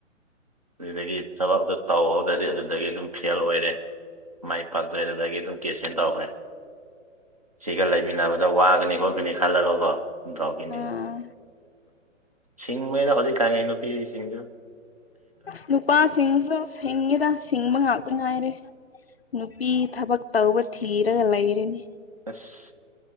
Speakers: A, on the right (about 30°); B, on the left (about 50°).
A: ꯑꯗꯨꯗꯒꯤ ꯊꯕꯛꯇꯣ ꯇꯥꯎꯍꯧꯗ꯭ꯔꯗꯤ ꯑꯗꯨꯗꯒꯤ ꯑꯗꯨꯝ ꯐꯦꯜ ꯑꯣꯏꯔꯦ ꯃꯥꯏ ꯄꯥꯛꯇ꯭ꯔꯦ ꯑꯗꯨꯗꯒꯤ ꯗꯨꯝ ꯀꯦꯟꯁꯦꯟ ꯇꯧꯈ꯭ꯔꯦ ꯁꯤꯒ ꯂꯩꯃꯤꯟꯅꯕꯗ ꯋꯥꯒꯅꯤ ꯈꯣꯠꯀꯅꯤ ꯈꯜꯂꯒꯀꯣ ꯗꯥꯎꯒꯤꯅꯤ
B: ꯑꯥ
A: ꯁꯤꯡꯕꯅꯤꯗ ꯍꯧꯖꯤꯛ ꯀꯥꯉꯩ ꯅꯨꯄꯤ ꯁꯤꯡꯖꯨ
B: ꯑꯁ ꯅꯨꯄꯥꯁꯤꯡꯁꯨ ꯁꯤꯡꯉꯤꯗ ꯁꯤꯡꯕ ꯉꯥꯛꯇ ꯉꯥꯏꯔꯦ ꯅꯨꯄꯤ ꯊꯕꯛ ꯇꯧꯕ ꯊꯤꯔꯒ ꯂꯩꯔꯤꯅꯤ
A: ꯑꯁ